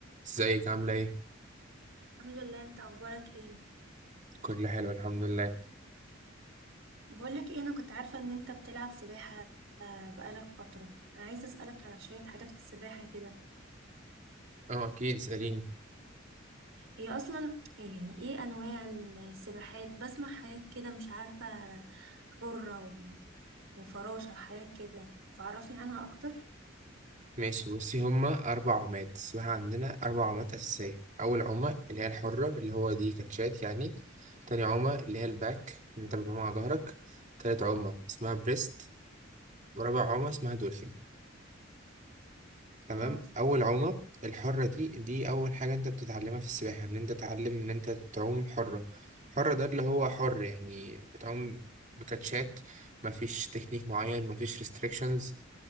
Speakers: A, on the right; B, on the right.
A: ازيك عاملة ايه؟
B: الحمد لله انت اخبارك ايه
A: كل حلو الحمد لله
B: بقولك ايه انا كنت عارفة ان انت بتلعب سباحة آه، بقالك فترة انا عايزة اسألك على شوية حاجات في السباحة كده
A: اه اكيد اسأليني
B: هي اصلا ايه يعني ايه انواع السباحات بسمع حاجات كده مش عارفة حرة و- وفراشة حاجات كده فعرفني عنها اكتر
A: ماشي بصي هما أربع عمات اسمها عندنا أربع عمات أساسية أول عمة اللي هي الحرة اللي هو دي كاتشات يعني تاني عمة اللي هي الباك اللي انت بتعوم على ظهرك تالت عمة اسمها بريست ورابع عمة اسمها دولفين تمام
B: اه
A: أول عمة الحرة دي دي أول حاجة انت بتتعلمها في السباحة ان انت تتعلم ان انت تعوم حرة حرة ده اللي هو حر يعني بتعوم بكاتشات مفيش تكنيك معين مفيش restrictions